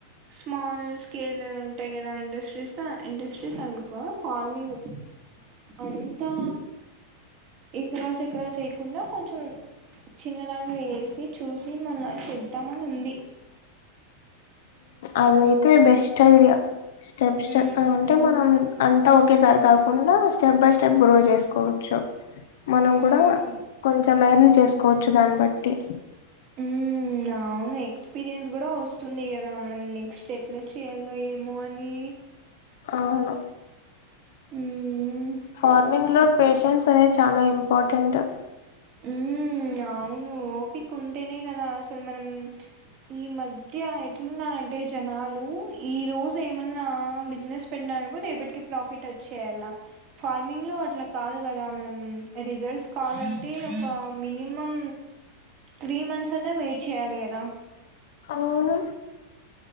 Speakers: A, on the right; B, on the left.
A: స్మాల్ స్కేల్ ఉంటాయ్ కదా గ ఇండస్ట్రీస్ ల ఇండస్ట్రీస్ అనుకో ఫార్మింగ్ అంతా ఎకరాస్ ఎక్రాస్ ఎయకుండా కొంచెం చిన్న దాంట్లో వేసి చూసి మల్ల చేద్దామని ఉంది
B: అదైతే బెస్ట్ ఐడియా స్టెప్స్ట
A: ఉమ్
B: అంటే మనం అంతా ఒకేసారి కాకుండా స్టెప్ బై స్టెప్ గ్రో చేసుకోవచ్చు మనం
A: ఉమ్
B: కూడా కొంచెం ఎర్న్ చేసుకోవచ్చు దాన్ని బట్టి
A: ఉమ్ అవును ఎక్స్పీరియన్స్ కూడా వస్తుంది కదా మనం నెక్స్ట్ ఎట్లా చేయాలో ఏమో అని
B: అవును
A: హు మ్
B: ఫార్మింగ్ లో పేషెన్స్ అనేది చాలా ఇంపార్టెంట్
A: మ్ అవును ఓపిక ఉంటేనే కదా అసలు మనం ఈ మధ్య ఎ ట్లున్నానంటే జనాలు ఈ రోజు ఏమన్నా బిజినెస్ పెట్టినారనుకో రేపటికి ప్రాఫిట్ చేయాల ఫార్మింగ్ లో అట్లా కాదు కదా మనం రిజల్ట్స్ కావాలం అంటే ఒక మినిమం త్రీ మంత్స్ అన్నా వెయిట్ చేయాలి కదా
B: అవును